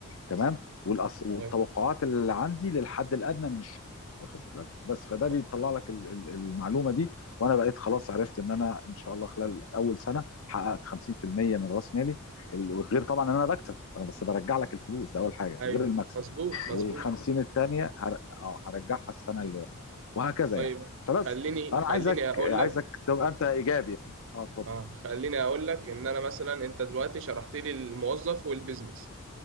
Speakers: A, on the left (about 60°); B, on the right (about 60°).
A: تمام والأص... والتوقعات
B: طيب
A: اللي عندي للحد الادنى من الشغل واخد بالك بس فده
B: طيب.
A: بيطلع لك ال- ال- المعلومه دي وانا بقيت خلاص عرفت ان انا ان شاء الله خلال اول سنه حققت 50% من راس مالي ال- غير طبعا ان انا بكسب انا بس برجع لك الفلوس ده اول حاجه
B: أيوه
A: غير المكسب
B: مظبوط مظبوط
A: وال 50 الثانيه هر... اه هرجعها السنه اللي ورا وهكذا
B: طيب
A: يعني فبس
B: خليني
A: فانا
B: خليني
A: عايزك
B: أقول
A: عايزك
B: لك
A: تبقى انت ايجابي يعني اه اتفضل
B: أه خليني أقول لك إن أنا مثلا أنت دلوقتي شرحت لي الموظف والبيزنس